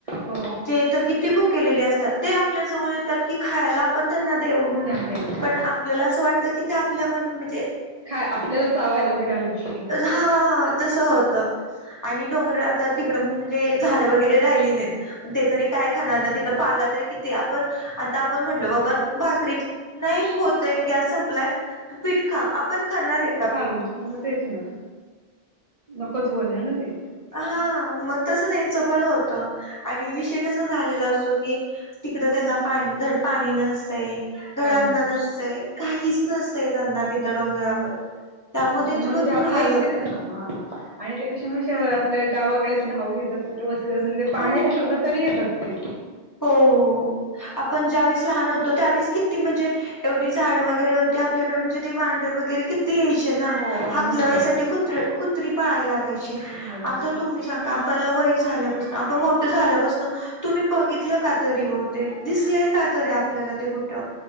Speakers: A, on the right (about 40°); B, on the left (about 20°).
A: हो
B: ते तर किती बुक केलेले असतात ते आपल्या जवळ येतात खायला. पण त्यांना देऊ म्हणून
A: ध्यान देऊ हा
B: पण आपल्याला असं वाटतं की ते आपल्याकड म्हणजे.
A: काा आपल्याला चावायला वगैरे आलेत का.
B: हा तसं होतं. आणि डोंगर आता तिकडं म्हणजे झाड वगैरे राहिली नाहीत. ते तरी काय खाणार ना तिथ पाला तरी किती आपण आता आपण म्हणलो बा भाकरीत नाही होत गस संपलाय त. पण खाणार आहे का
A: खाऊ
B: पीठ
A: मग तेच ना नकोच बोलाय ना ते.
B: हा मग तस त्यांचं पण होतं आणि विषय कसा झालेला असतो की. तिकडं त्यांना पा धड पाणी नसतंय. गडांना
A: काही नाही
B: नसतय काहीच नसतय त्यांना तिथं डोंगरावर त्यामुळे
A: त्याच्यामुळे
B: त्यांच्या भरपूर
A: ते आपल्या
B: हाल
A: इकडेच
B: होतात.
A: हा हा आणि ते कसे मग शहर आपल्या गावाकडे अस धाव घेतात. कुठे वस्ती असली ते पाण्याच्या
B: हो
A: शोधात तरी येतात ते.
B: हो हो आपण ज्यावेेळेस लहान होतो त्यावेळेस किती म्हणजे एवढी झाडं वगैरे होते आपल्याकडे म्हणजे ते भांडर वगैरे किती. याय ना
A: हो वाहन
B: हाकलवायसाठी
A: घेतात
B: कुत कुत्री पाळाय लागायचे
A: लागायची
B: आता तुम ां आपला वय झाल्याप आप मोठ झाल्यापासून तुम्ही बघितलं का तरी हो ते दिसलय का तरी आपल्याला ते कुठं.